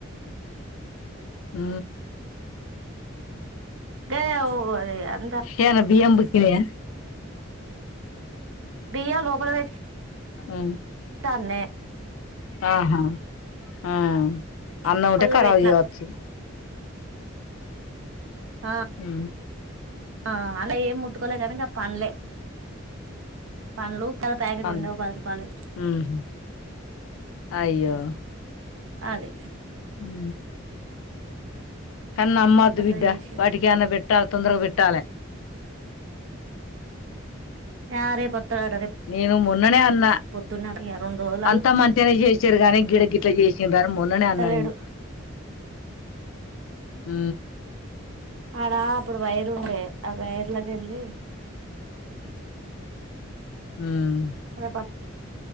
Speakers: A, on the left; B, on the right.
A: ఉ
B: గదే ఓవర్ ఇగ
A: ఏమనా బియ్యం బుక్కినయా
B: బియ్యం లోపల పె
A: ఆ
B: డ్తన్నె
A: ఆహా ఆ అన్నం
B: లోపలనే
A: ఉంటే కరాబ్
B: పెట్టినా
A: చేయొచ్చు
B: ఆ
A: హ
B: ఆ ఆళ్ళై ఏం ముట్టుకోలే కానీ పండ్లే పండ్లు పెద్ద ప్యాకెట్
A: అన్
B: ఉండే ఒక పది రూపాయలు
A: హ్మ్ అయ్యో
B: అదే
A: ఉ కానీ నమ్మద్
B: అట్లా
A: బిడ్డ
B: చేసి
A: వాటికి ఏమన్నా పెట్టాలి తొందరగా పెట్టాలి
B: ఆ రేపత్తడట
A: నేను మొన్ననే అన్న
B: పొద్దున్నే రెండు రోజులు
A: అంతా మంచిగానే చేసారు గాని గిడ గిట్ల చేసిరు అని మొన్ననే
B: అత్తలేడు
A: అన్నా నేను ఆ
B: ఆడా అప్పుడు వైరు ఉండే ఆ వైర్లాకిళ్ళి
A: హ్మ్
B: రేప